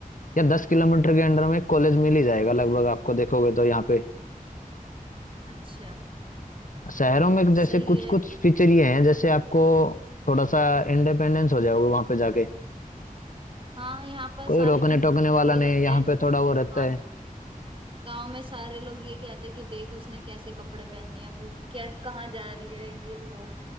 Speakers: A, on the left; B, on the right.
A: या दस किलोमीटर के अंडर में कॉलेज मिल ही जाएगा लगभग आपको देखोगे तो यहाँ पे
B: अच्छा
A: शहरों में जैसे
B: सही
A: कुछ
B: है
A: कुछ फीचर ये हैं जैसे आपको थोड़ा सा इंडिपेंडेंस हो जाओगे वहां पे जाके
B: हाँ यहाँ पर
A: कोई
B: सारे
A: रोकने
B: इन,
A: टोकने
B: वो
A: वाला नहीं
B: रहते
A: है यहाँ
B: हैं
A: पे थोड़ा वो रहता
B: हाँ
A: है
B: गांव में सारे लोग ये कहते हैं कि देख उसने कैसे कपड़े पहने हैं वो कैसे कहाँ जा रही है ये वो